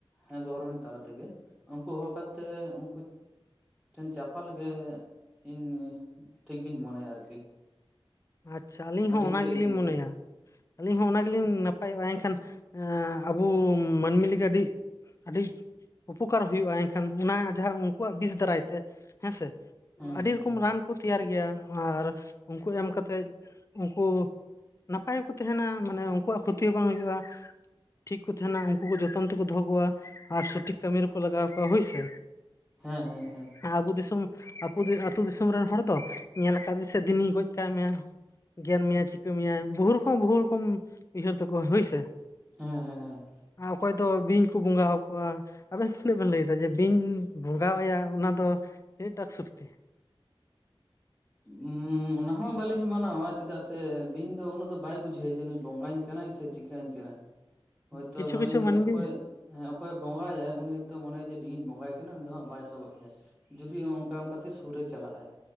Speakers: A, in the centre; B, on the left.
A: ᱦᱮᱸ ᱜᱷᱚᱨᱢᱮᱱᱴ ᱛᱟᱞᱟ ᱛᱮᱜᱮ, ᱩᱱᱠᱩ ᱦᱚᱻ ᱠᱟᱛᱮᱜ ᱩᱱᱠᱩ ᱴᱷᱮᱱ ᱪᱟᱯᱟᱞ ᱜᱮ ᱤᱧ ᱴᱷᱤᱠ ᱜᱤᱧ ᱢᱚᱱᱮᱭᱟ ᱟᱨᱠᱤ
B: ᱟᱪᱪᱷᱟ ᱟᱹᱞᱤᱧ ᱦᱚᱸ
A: ᱟᱹᱵᱤᱱ
B: ᱚᱱᱟ
A: ᱪᱮᱫ
B: ᱜᱮᱞᱤᱧ
A: ᱵᱤᱱ ᱞᱟᱹᱭᱫᱟ
B: ᱢᱚᱱᱮᱭᱟ, ᱟᱹᱞᱤᱧ ᱦᱚᱸ ᱜᱮᱞᱤᱧ ᱱᱟᱯᱟᱭᱚᱜ-ᱟ ᱮᱱᱠᱷᱟᱱ ᱟᱵᱚ ᱢᱟᱹᱱᱢᱤ ᱞᱟᱹᱜᱤᱫ ᱟᱹᱰᱤ ᱟᱹᱰᱤ ᱩᱯᱚᱠᱟᱨ ᱦᱩᱭᱩᱜ-ᱟ, ᱮᱱᱠᱷᱟᱱ ᱚᱱᱟ ᱡᱟᱦᱟᱸ ᱩᱱᱠᱩᱣᱟᱜ ᱵᱤᱥ ᱫᱟᱨᱟᱭ ᱛᱮ ᱦᱮᱸ ᱥᱮ
A: ᱦᱩᱸ
B: ᱟᱹᱰᱤ
A: ᱦᱩᱸ
B: ᱨᱚᱠᱚᱢ
A: ᱦᱩᱸ
B: ᱨᱟᱱ ᱠᱚ ᱛᱮᱭᱟᱨ ᱜᱮᱭᱟ ᱟᱨ ᱩᱱᱠᱩ ᱮᱢ ᱠᱟᱛᱮᱫ ᱩᱱᱠᱩ ᱱᱟᱯᱟᱭ ᱜᱮᱠᱚ ᱛᱟᱦᱮᱱᱟ, ᱢᱟᱱᱮ ᱩᱱᱠᱩᱣᱟᱜ ᱠᱷᱩᱛᱤ ᱦᱚᱸ ᱵᱟᱝ ᱦᱩᱭᱩᱜ-ᱟ᱾ ᱴᱷᱤᱠ ᱠᱚ ᱛᱟᱦᱮᱱᱟ ᱩᱱᱠᱩ ᱠᱚ ᱡᱚᱛᱚᱱ ᱛᱮᱠᱚ ᱫᱚᱦᱚ ᱠᱚᱣᱟ᱾ ᱟᱨ ᱥᱚ-ᱴᱷᱤᱠ ᱠᱟᱹᱢᱤ ᱨᱮᱠᱚ ᱞᱟᱜᱟᱣ ᱠᱚᱣᱟ ᱦᱳᱭ ᱥᱮ᱾
A: ᱦᱮᱸ ᱦᱮᱸ ᱦᱮᱸ
B: ᱟᱵᱚ ᱫᱤᱥᱚᱢ ᱟᱹᱛᱩ ᱫᱤᱥᱚᱢ ᱨᱮᱱ ᱦᱚᱲ ᱫᱚ ᱧᱮᱞ ᱠᱟᱫᱮ ᱥᱮ ᱫᱤᱱᱤ ᱜᱚᱡ ᱠᱟᱭ ᱢᱮ᱾ ᱜᱮᱨ ᱢᱮᱭᱟᱭ ᱪᱤᱠᱟᱹ ᱢᱮᱭᱟᱭ ᱵᱚᱦᱩ ᱨᱚᱠᱚᱢ ᱵᱚᱦᱩ ᱨᱚᱠᱚᱢ ᱩᱭᱦᱟᱹᱨ ᱛᱟᱠᱚ ᱦᱳᱭ ᱥᱮ
A: ᱦᱮᱸ ᱦᱮᱸ ᱦᱮᱸ
B: ᱟᱨ ᱚᱠᱚᱭ ᱫᱚ ᱵᱤᱧ ᱠᱚ ᱵᱚᱸᱜᱟ ᱦᱟᱠᱚᱣᱟ᱾ ᱟᱵᱮᱱ ᱛᱤᱱᱟᱹᱜ ᱵᱮᱱ ᱞᱟᱹᱭ ᱮᱫᱟ ᱡᱮ ᱵᱤᱧ ᱵᱚᱸᱜᱟᱣᱟᱭᱟ ᱚᱱᱟ ᱫᱚ ᱛᱤᱱᱟᱹᱜ ᱴᱟ ᱥᱚᱠᱛᱤ?
A: ᱦᱩᱸ᱾ ᱦᱩᱸ ᱚᱱᱟ ᱦᱚᱸ ᱵᱟᱹᱞᱤᱧ ᱢᱟᱱᱟᱣᱟ ᱪᱮᱫᱟᱜ ᱥᱮ ᱵᱤᱧ ᱫᱚ ᱩᱱᱟᱹᱜ ᱫᱚ ᱵᱟᱭ ᱵᱩᱡᱷᱟᱹᱣᱟ ᱡᱮ ᱱᱩᱭ ᱵᱚᱸᱜᱟᱧ ᱠᱟᱱᱟᱭ ᱥᱮ ᱪᱤᱠᱟᱹᱧ ᱠᱟᱱᱟᱭ᱾ ᱦᱳᱭᱛᱳ
B: ᱠᱤᱪᱷᱩ
A: ᱱᱩᱭ
B: ᱠᱤᱪᱷᱩ ᱢᱟᱹᱱᱢᱤ
A: ᱚᱠᱚᱭ ᱦᱮᱸ ᱚᱠᱚᱭᱮ ᱵᱚᱸᱜᱟᱭᱟᱭ ᱩᱱᱤ ᱦᱚᱛᱚ ᱢᱚᱱᱮᱭᱟ ᱡᱮ ᱵᱤᱧ ᱵᱚᱸᱜᱟᱭᱮ ᱠᱟᱱᱟ ᱩᱱᱤ ᱫᱚ ᱦᱟᱸᱜ ᱵᱟᱭ ᱥᱟᱵᱟᱜ ᱡᱩᱫᱤ ᱚᱱᱠᱟ ᱚᱱᱠᱟᱛᱮ ᱥᱩᱨ ᱨᱮ ᱪᱟᱞᱟᱜ ᱟᱭ